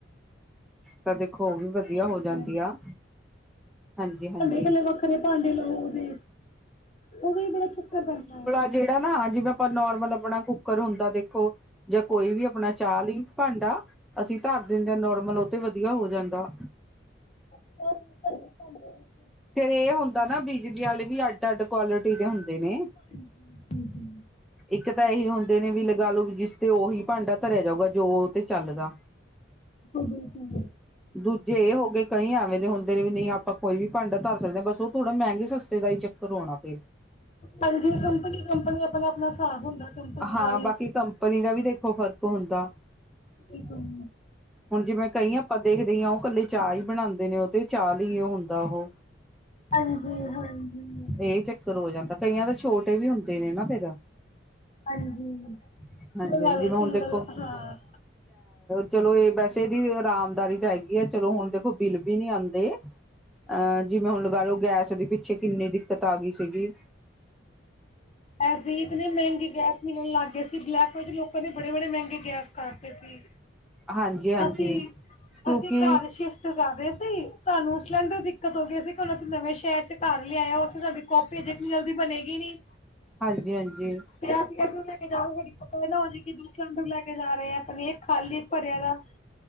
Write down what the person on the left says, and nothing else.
ਹਾਂਜੀ,
ਭਾਂਡੇ ਇਕੱਲੇ ਵੱਖਰੇ ਭਾਂਡੇ ਲੋਕਦੇ। ਉਹਦਾ ਈ ਬੜਾ ਚੱਕਰ ਬੈਠਣਾ ਹੈਗਾ ਹੈ।
<unintelligible>
ਹਮ-ਹਮ।
ਬਿਲਕੁਲ
ਹਾਂਜੀ। ਕੰਪਨੀ- ਕੰਪਨੀ ਆਪਣਾ-ਆਪਣਾ ਹਿਸਾਬ ਹੁੰਦਾ। ਕੰਪਨੀਆਂ
ਦਾ ਵੀ
ਏਕਮ
ਹਾਂਜੀ-ਹਾਂਜੀ।
ਹਾਂਜੀ।
ਵਾਲੇ
ਸਿੰਗਲ
ਹਾਂ।
ਐ ਦੀ ਇਤਨੇ ਮਹਿੰਗੇ ਗੈਸ ਮਿਲਣ ਲੱਗ ਗਏ ਸੀ। ਬਲੈਕ ਵਿੱਚ ਲੋਕਾਂ ਨੇ ਬੜੇ -ਬੜੇ ਮਹਿੰਗੇ ਗੈਸ ਕਰਦੇ ਸੀ
ਅਸੀਂ।
ਅਸੀਂ ਘਰ ਸ਼ਿਫ ਜਾਗਵੇ ਸੀ ਸਾਨੂੰ ਉਸ ਸੇ੍ਲੇੰਡਰ ਦਿੱਕਤ ਹੋ ਗਈ ਸੀ ਕਿ ਉਹ ਨਵੇਂ ਸ਼ਹਿਰ ਚ' ਘਰ ਲਿਆ ਆਏ। ਉੱਥੇ ਨਵੀਂ ਕਾਪੀ ਏਨੀ ਜਲਦੀ ਬਣੇਗੀ ਨੀ।
ਫਿਰ ਅਸੀਂ ਕੱਦੋਂ ਲੈ ਕੇ ਜਾਓ, ਹੈਡੀ ਪਤਾ ਇਹ ਨਾ ਹੋ ਜ ਕਿ ਦ ਸਿਲੰਡਰ ਲੈ ਕੇ ਜਾ ਰਹੇ ਆ ਆਪਣੀ ਖਾਲੀ ਪਰਿਆ ਦਾ।